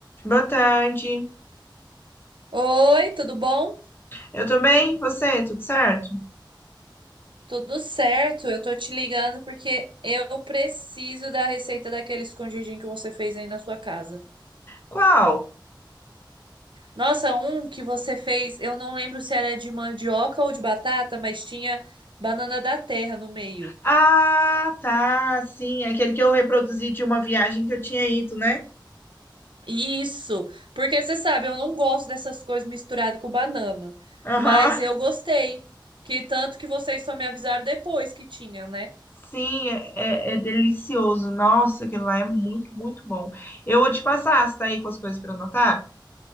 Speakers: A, on the left; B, on the right.
A: Boa tarde.
B: Oi, tudo bom?
A: Eu tô bem? Você? Tudo certo?
B: Tudo certo. Eu tô te ligando porque eu preciso da receita daquele escondidinho que você fez aí na sua casa.
A: Qual?
B: Nossa, um que você fez, eu não lembro se era de mandioca ou de batata, mas tinha banana da terra no meio.
A: Ah, tá. Sim, aquele que eu reproduzi de uma viagem que eu tinha ido, né?
B: Isso, porque você sabe, eu não gosto dessas coisas misturadas com banana,
A: Aham.
B: mas eu gostei. Que tanto que vocês só me avisaram depois que tinha, né?
A: Sim, é, é- é delicioso. Nossa, aquilo lá é muito, muito bom. Eu vou te passar. Você tá aí com as coisas pra anotar?